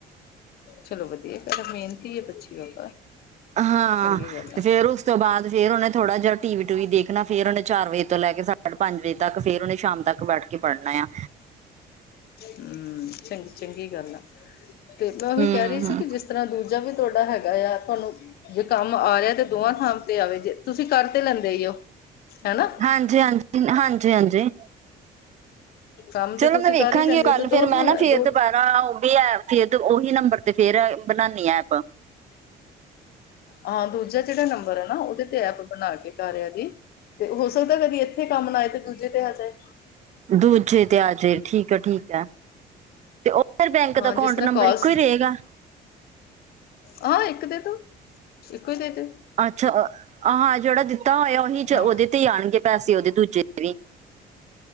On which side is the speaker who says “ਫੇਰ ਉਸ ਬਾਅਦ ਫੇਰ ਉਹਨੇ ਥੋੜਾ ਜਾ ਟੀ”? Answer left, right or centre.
Right